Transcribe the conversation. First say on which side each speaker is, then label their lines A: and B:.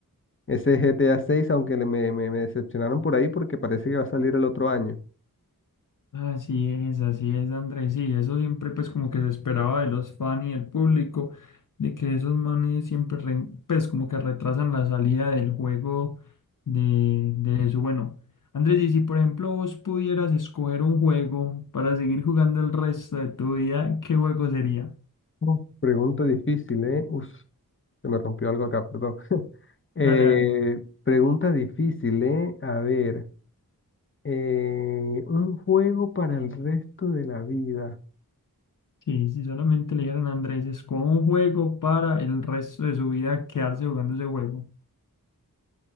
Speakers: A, on the left; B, on the left.
A: ese GTA seis aunque le- me, me, me decepcionaron por ahí porque parece que va a salir el otro año.
B: Así es, así es, Andrés, sí, eso siempre, pues, como que se esperaba de los fans y del público, de que esos manes siempre, re- pues, como que retrasan la salida del juego de, de eso. Bueno, Andrés, y si, por ejemplo, vos pudieras escoger un juego para seguir jugando el resto de tu vida, ¿qué juego sería?
A: Uf, pregunta difícil, ¿eh? Uf, se me rompió algo acá, perdón. <laughs> Eh,
B: Dale, dale.
A: pregunta difícil, ¿eh? A ver, eh, un juego para el resto de la vida.
B: Sí, si solamente le dieran a Andrés, escoja un juego para el resto de su vida quedarse jugando ese juego.